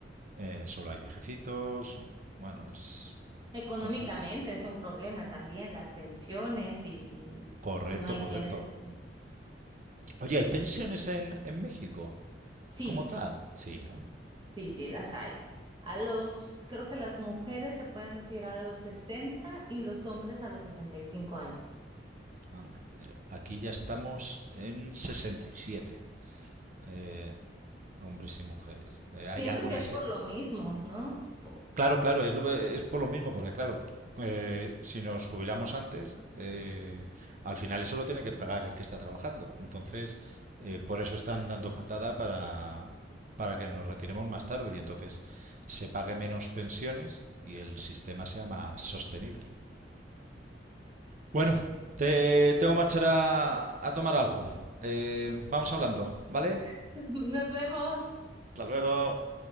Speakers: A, on the right; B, on the right.
A: eh, solo hay viejecitos, bueno, es
B: Económicamente
A: complicado.
B: es un problema también, las pensiones y, y,
A: Correcto,
B: y no hay
A: correcto.
B: quienes...
A: Oye, ¿hay pensiones en, en México
B: Sí,
A: como tal? Sí, ¿no?
B: sí, sí, las hay. A los, creo que las mujeres se pueden retirar a los 60 y los hombres a los 65 años.
A: Anda, mira, aquí ya estamos en 67. Eh, hombres y mujeres. Eh, hay
B: Pienso
A: algunas.
B: que es por lo mismo, ¿no? Po-
A: Claro, claro, es, lo- es por lo mismo, porque claro, eh, si nos jubilamos antes, eh, al final eso lo tiene que pagar el que está trabajando. Entonces, eh, por eso están dando patada para, para que nos retiremos más tarde y entonces se pague menos pensiones y el sistema sea más sostenible. Bueno, te tengo que marchar a, a tomar algo. Eh, vamos hablando, ¿vale?
B: <laughs> Nos vemos.
A: Hasta luego.